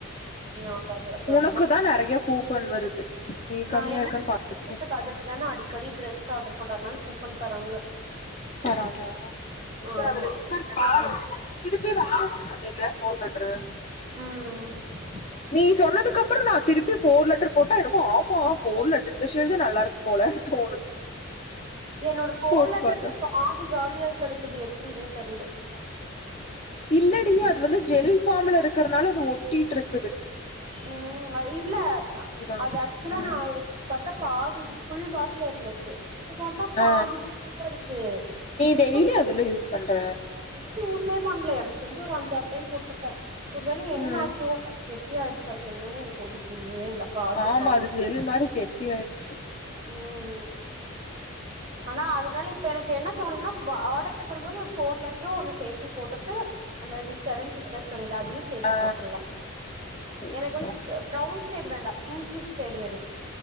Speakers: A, on the right; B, on the left.
A: கம்மியாகாது அப்ப
B: உனக்கு
A: ரொம்ப
B: தா நெறைய கூப்பன் வருது நீ
A: நா
B: கம்மியா
A: எனக்கு
B: இருக்கான்னு பாத்துட்டு சொல்
A: அதுலதானே அடிக்கடி ட்ரெஸ் ஆர்டர் பண்றனால கூப்பன் தராங்க
B: தராங்க செரி
A: ஆமா
B: அதுல இருக்கான்னு
A: இல்லனா
B: பாரு
A: தரமாட்
B: திருப்பி வேற போர் லெட்டரு
A: ம்ம்
B: நீ சொன்னதுக்கப்பறோ நா திருப் போர் லெட்டர் போட்டா எனக்கு ஆமா போர் லெர் இந்தஷல் தா நல்லா இருக்கு போல தோணுது
A: என்னோட போஃர்
B: போட்டு
A: லெட்டரு
B: பார்த்தா
A: இப்ப ஆதி காலியாய் கெடக்குது எப்டினே தெர்ல
B: இல்லடிா அது வந்து ஜெல் ஃபார்ம்ல இருக்கிறனால அது ஒட்டிட்டு இருக்கு
A: ம் அது இல்ல
B: இதான்
A: அது ஆக்சுவலா
B: ம்.
A: நா பாத்தா பாதி ஃபுல் பாட்டில் இருந்துச்சு இப்ப பாத்தா
B: ஆ.
A: பாதி இருக்கு நீ எப்ப
B: டெய்லி
A: <inaudible>
B: அதுல யூஸ் பண்ற
A: யூசே பண்ணல எனக்கு தெரிஞ்சு ஒரு அஞ்ச ஆறு டைம் போட்டிருப்பே ஒரு வேளை என்ன
B: ம்.
A: ஆச்சோ <inaudible> தி ஆயிடுச்சா என்னன்னு எனக்கு ஒன்னு புரியவே இல்ல பாதி
B: ஆமா
A: காணு
B: அது ஜெல் மாதிரி கெட்டி ஆயிடுச்சு
A: ம் ஆனா அதனால இப்ப எனக்கு என்ன தோணுதுன்னா ஆர்டர் பண்ணும்போது ஒரு போர் லெட்டரு ஒண்ணு சேத்தி போட்டுட்டு அந்த நீ செவன் சீக்ரெட் சொன்னில அதையு சேத்து
B: ஆ
A: போட்டுரலா
B: சரி
A: எனக்கு வந்து
B: ஓகே
A: ப்ரவுன் ஷேட் வேண்டா‌பிங்கிஷ் ஷேட் வேணு